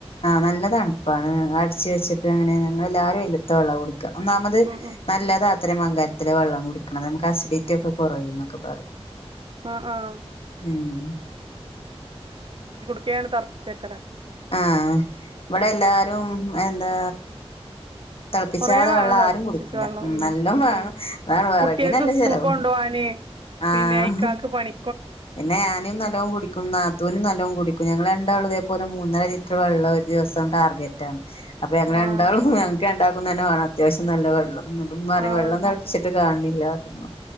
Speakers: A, on the left; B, on the right.
A: ആ നല്ലതാണ് ണുപ്പാണ് ച്ച് വെച്ചിട്ടാ അങ്ങനെ ഞങ്ങളെല്ലാരുല്ലാത്ത വെള്ള കുടിക്ക ഒന്നാമത്
B: ഉം ഉം
A: നല്ലതാ ത്തരം മംഗാലത്തിലെ വെള്ളം കുടിക്കണത് നമുക്ക് അസിഡിറ്റി ഒക്കെ കുറയും എന്നൊക്കെ പറയും
B: ആഹ ആഹ
A: ഉം
B: ക്കെയാണ് തറപ്പിച്ചേക്കര
A: ആഹ ഇവിടെ എല്ലാരും എന്താ തെളപ്പിച്ചാതെ
B: കൊറേ വേണം
A: വെള്ളം
B: തെളപ്പിച്ചെച്ച
A: ആരും കുടിക്കൂല
B: വെള്ളം
A: ഉ
B: ഉം
A: നല്ലോ വേണം
B: ഉം
A: അതാണ് വിറകിനല്ല
B: കുട്ട്യേക്ക് സ്കൂൾക്ക്
A: ചെലവ്
B: കൊണ്ടോവാന്
A: ആഹ്
B: പിന്നെ ഇക്കാക്ക് പണി
A: പിന്നെ ആനയും നല്ലവും കുടിക്കും നാത്തുനും നല്ലവും കുടിക്കും ഞങ്ങള് രണ്ടാളു പൊന മൂന്നര ലിറ്റർ വെള്ളം ഒരു ദിവസം ടാർഗറ്റാണ് അപ്പൊ എങ്ങനെ
B: ആഹ്
A: ഉണ്ടുവു ക്കെ ഉണ്ടാക്കുന്ന തന്ന വേണം അത്യാവിശ്യം നല്ല വെള്ളം മ് ഇപ്പം നറെയെ
B: ആഹ്
A: വെള്ളം തളപ്പിച്ചിട്ട് കാണിണ്ണില്ല അറുമമ്മോ